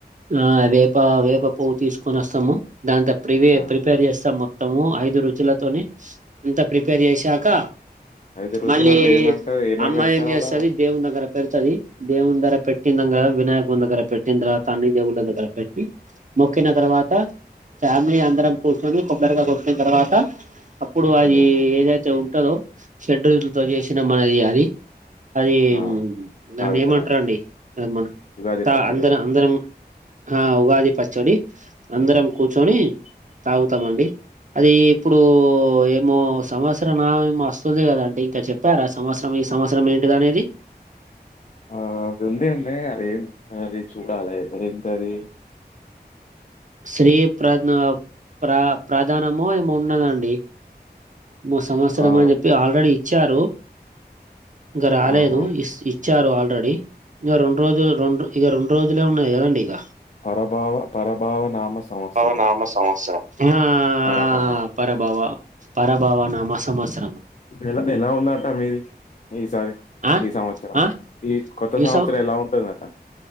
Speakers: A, on the right; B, on the left.
A: ఆ వేప వేప పువ్వు తీసుకొని వస్తాము దాంతా ప్రివే
B: ఆ.
A: ప్రిపేర్ చేస్తాం మొత్తము ఐదు రుచులతోని అంతా ప్రిపేర్ చేసాక
B: ఐదు రుచులు
A: మళ్ళీ
B: అంటే ఏమంటారు ఏమేమి
A: అమ్మాయి
B: వేస్తారు
A: ఏం చేస్తది
B: అలా
A: దేవున్దగ్గర పెడతది దేవుని దర పెట్టిందంగర వినాయక దగ్గర పెట్టింద్ర తండ అన్ని దేవుళ దగర పెట్టి మ మోకిన తర్వాత ఫ్యామిలీ అందరం
B: మ్మ్
A: కూర్చొని కొబ్బరిగా కొట్టిన తర్వాత అప్పుడు అది
B: మ్మ్
A: ఏదైతే ఉంటందో షెడ్యూల్ తో చేసినా మనది అది అది
B: ఆ
A: దాన్న
B: తాగుతారాళ్ళు
A: ఏమంటారుండి మ
B: ఉగాది పచ్చడి
A: అందరం అందరం ఆ ఉగాది పచ్చడి అందరం కూర్చొని
B: హ్మ్.
A: తాగుతామండి అది ఇప్పుడు మో సంవత్సరం ఏమో వస్తుంది కదా అంటే ఇంకా చెప్పారా సంవత్సరం ఈ సంవత్సరం ఏంటిద అనేది
B: <inaudible> ఆ అది ఉంది అండి అది అది చూడాలి ఏంత అది
A: స్త్రీ ప్రధ ప్ర ప్రాధానమో ఏమో ఉన్నదండి మూ సంవత్సరం
B: ఆ
A: అని చెప్పి ఆల్రెడీ ఇచ్చారు ఇంగ రాలేదు
B: ఆహా
A: ఇస్ ఇ ఇచ్చారు ఆల్రెడీ ఇక రెండు రోజులు రెండు ఇక రెండు రోజులే ఉన్నాయి కదండి ఇగ
B: పరభావ పరభావ నామ సంవత్సరం
A: భవనామ సంవత్సరం ఆ
B: పరభావం
A: పరభావ పరభావ నామ సంవత్సరం
B: ఎలా ఎలా ఉన్నాట మీది? ఈసారి
A: ఆ
B: ఈ సంవత్సరం
A: ఆ
B: ఈ కొత్త
A: ఈ
B: సంవత్సరం
A: సం
B: ఎలా ఉంటుందట.